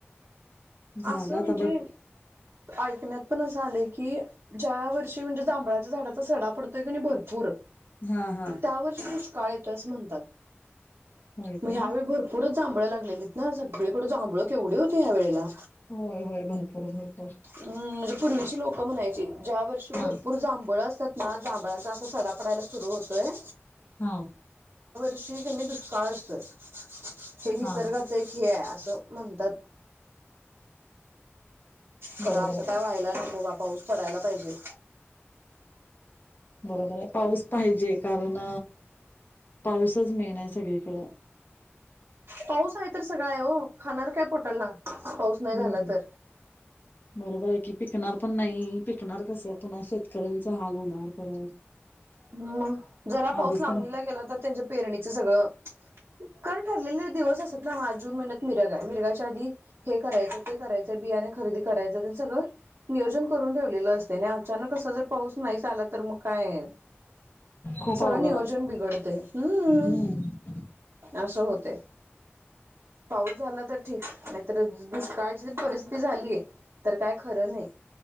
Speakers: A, on the left; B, on the right.
A: झाला
B: असं
A: आता
B: म्हणजे
A: बघ
B: ऐकण्यात पण असं झालय की ज्या वर्षी म्हणजे जांभळाच्या झाडाचा सडा पडतोय कणी भरपूर
A: हा हा
B: त्या वर्षी दुष्काळ ये तस म्हणतात.
A: होय
B: म
A: काय
B: ह्या वेळी भरपूरच जांभळ लागलेलीत ना सगळीकड जांभळ केवढी होती ह्या वेळेला
A: होय होय भरपूर भर
B: हम्म म्हणजे पूर्वीची लो क म्हणायची ज्या वर्षी
A: हा
B: भरपूर जांभळ असत हा जांभळाचा अस सडा पडायला सुरु होतोय
A: हा
B: षी कणी दुष्काळ असतोय ते निसर्गाच
A: हा
B: एक हेय त म्हणतात खर
A: बरोबर
B: असं
A: आहे
B: काय, व्हायला नको बाबा. पाऊस पडायला पाहिजे.
A: बरोबर आहे. पाऊस पाहिजे कारण पाऊसच मेन आहे सगळीकडं.
B: पाऊस आहे तर सगळा आहे ओ. खाणार काय पोटाला? पाऊस नाही
A: हम.
B: झाला तर
A: बरोबर आहे कि- पिकणार पण नाही पिकणार कसं पुन्हा शेतकऱ्यांच हाल होणार परत.
B: हम्म मग, जरा पाऊस
A: आधीच
B: लांबणीला
A: तर
B: गेला तर त्यांच्या पेरणीचं सगळं काय ठरलेले दिवस असं. हा जून महिन्यात मिरग आहे. मिरगाच्या आधी हे करायचंय, ते करायचंय बियाणे खरेदी करायचं सगळं तर नियोजन करून ठेवलेलं असतय, आणि अचानक असा जर पाऊस नाहीच आला <inaudible> तर मग काय <unintelligible>
A: खूप
B: सगळ्यांनी
A: अवघड
B: वजन
A: आहे
B: बिघडतय. हम्म,
A: हम्म
B: असं होतंय. पाऊस झाला तर ठीक, नाहीतर दुष्काळची परिस्थिती झालीय, तर काय खरं नाही.